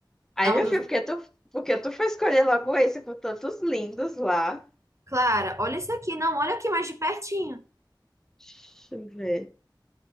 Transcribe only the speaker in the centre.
Aí,
meu
filho, porque tu, porque tu foi escolher logo esse com tantos lindos lá?
Deixa eu ver.